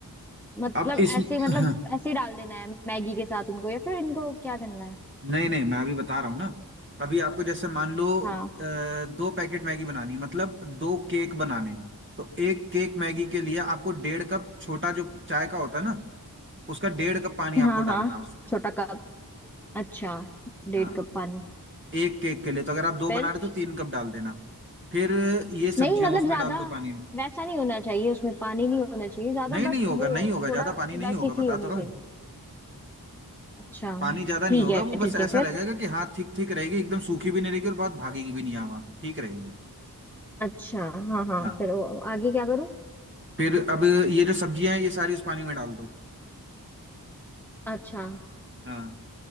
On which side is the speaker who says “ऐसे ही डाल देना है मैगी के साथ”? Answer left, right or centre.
Centre